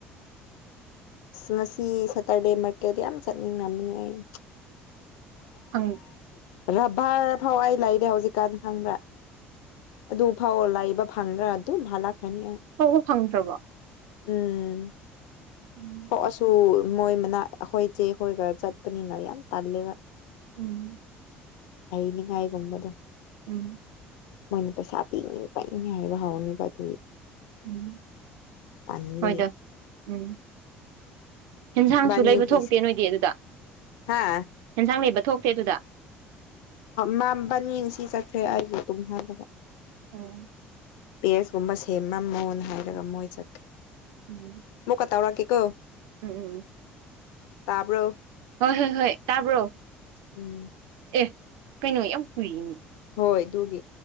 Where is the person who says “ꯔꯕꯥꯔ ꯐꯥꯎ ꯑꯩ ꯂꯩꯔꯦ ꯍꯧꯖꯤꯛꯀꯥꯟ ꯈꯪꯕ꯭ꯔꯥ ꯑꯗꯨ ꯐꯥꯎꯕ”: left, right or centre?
Left